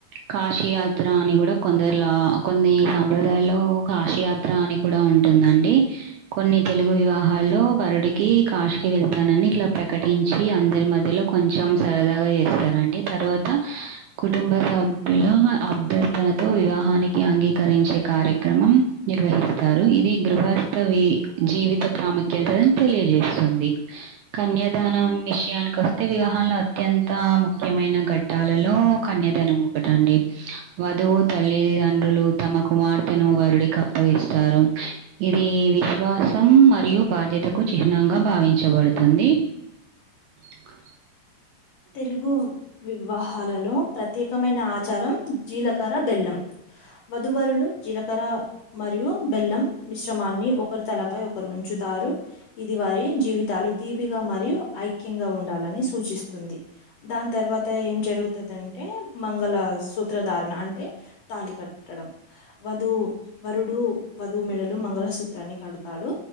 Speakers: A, on the right (about 80°); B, on the left (about 65°).
A: కాశయాత్ర అని కూడా కొందరి లో కొన్ని సాంప్రదాయాల్లో కాశయాత్ర అని కూడా ఉంటుందండి. అండి కొన్ని తెలుగు వివాహాల్లో వరుడికి కాశీ కి వెళ్తానని ఇట్లా ప్రకటించి, అందరి మధ్యలో కొంచెం సరదాగా చేస్తారండి. తర్వాత కుటుంబ సభ్యులు అభ్యర్థనతో వివాహానికి అంగీకరించే కార్యక్రమం నిర్వహిస్తారు. ఇది గృహ గృహస్థవి. జీవిత ప్రాముఖ్యతని తెలియజేస్తుంది. కన్యాదానం విషయానికి వస్తే వివాహము లో అత్యంత ముఖ్యమైన ఘట్టాలలో కన్యాదానం ఒకటండి. వధువు తల్లిదండ్రులు తమ కుమార్తెను వరుడికి అప్పగిస్తారు. ఇది విశ్వాసం మరియు బాధ్యతకు చిహ్నంగా భావించబడుతుంది. ఇంకా
B: తెలుగు వివాహాలలో ప్రత్యేకమైన ఆచారం జీలకర్ర బెల్లం. వధువరులు జీలకర్ర మరియు బెల్లం మిశ్రమాన్ని ఒకరి తలపై ఒకరు ఉంచుతారు. ఇది వారి జీవితాలు తీపిగా మరియు ఐక్యంగా ఉండాలని సూచిస్తుంది. దాని తర్వాత ఏం జరుగుతుందింటే మంగళ సూత్రధారణ. అంటే తాళి కట్టడం వధువు వరుడు వధువు మెడలో మంగళసూత్రాన్ని కడతాడు.